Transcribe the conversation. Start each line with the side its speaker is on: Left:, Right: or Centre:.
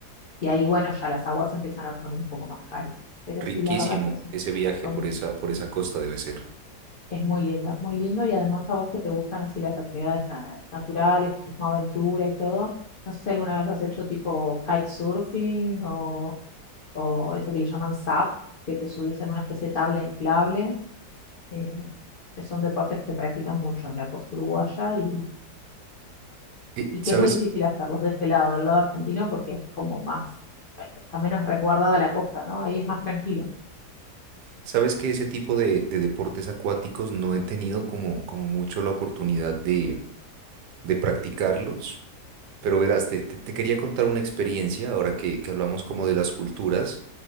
Left: Y ahí, bueno, ya las aguas se empiezan a poner un poco más cálidas. Pero
Right: Riquísimo
Left: sí, la verdad es que sí,
Right: ese viaje
Left: son,
Right: por esa, por esa costa debe ser.
Left: es muy lindo, es muy lindo. Y además a vos que te gustan así las actividades na- naturales, turismo aventura y todo. No sé si alguna vez has hecho tipo kitesurfing o, o ese que le llaman SUP, que te subís en una especie de tabla inflable. eh, son deportes que se practican mucho en la costa uruguaya y
Right: Y,
Left: y que
Right: ¿sabes?
Left: es muy difícil hacerlos de este lado, del lado argentino, porque es como más, está menos resguardada la costa, ¿no? Ahí es más tranquilo.
Right: Sabes que ese tipo de, de deportes acuáticos no he tenido como, como mucho la oportunidad de, de practicarlos, pero verás, te, te- te quería contar una experiencia ahora que, que hablamos como de las culturas.